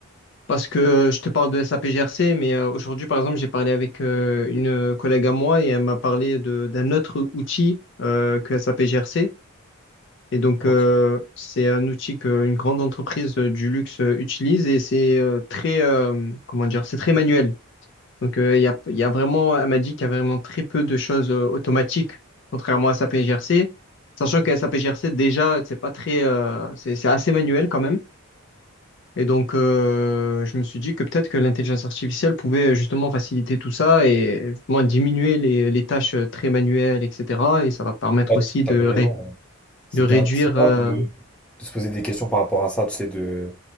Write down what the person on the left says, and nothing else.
Parce que euh, je te parle de SAPGRC, mais euh, aujourd'hui, par exemple, j'ai parlé avec euh, une euh, collègue à moi et elle m'a parlé de- d'un autre outil euh, que SAPGRC. Et donc,
euh, c'est un outil qu'une grande entreprise euh, du luxe euh, utilise et c'est euh, très, euh, comment dire, c'est très manuel. Donc, euh, il y a, il y a vraiment, elle m'a dit qu'il y a vraiment très peu de choses euh, automatiques, contrairement à SAPGRC. Sachant que SAPGRC, déjà, c'est pas très, euh, c'est c'est assez manuel quand même. Et donc, euh, je me suis dit que peut-être que l'intelligence artificielle pouvait euh, justement faciliter tout ça et justement diminuer les, les tâches euh, très manuelles, etc. Et ça va permettre
aussi
de,
ré-
de réduire.
euh,